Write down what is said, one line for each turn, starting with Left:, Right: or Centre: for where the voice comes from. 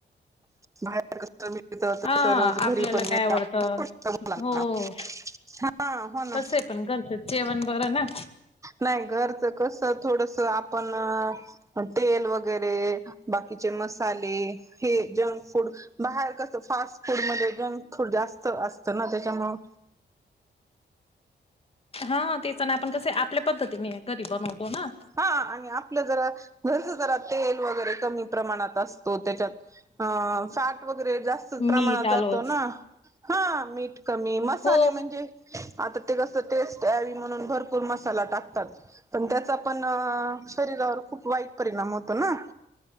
Right: बाहेर कस मिळत तस
Left: हा
Right: रोज
Left: आपल्याला
Right: घरी पण
Left: काय
Right: मिळ
Left: आवडत
Right: मुलांना
Left: हो.
Right: हा हो ना
Left: कसे पण घरचेच जेवण बरं ना.
Right: नाही घरच कसं थोडस आपण तेल वगैरे बाकीचे मसाले हे जंक फूड बाहेर कसं फास्ट फूड मध्ये जंग फूड जास्त असतं ना त्याच्यामुळं
Left: हा तेच ना आपण कस आपल्या पद्धतीने घरी बनवतो ना.
Right: हा आणि आपलं जरा घरच जरा तेल वगैरे कमी प्रमाणात असतो त्याच्यात अ फॅट वगैरे जास्त प्रमाणात
Left: मीठ
Right: जातो
Left: आलोच
Right: ना. हा मीठ कमी मसाले
Left: हो
Right: म्हणजे आता ते कस टेस्ट यावी म्हणून भरपूर मसाला टाकतात पण त्याचा पण शरीरावर खूप वाईट परिणाम होतो ना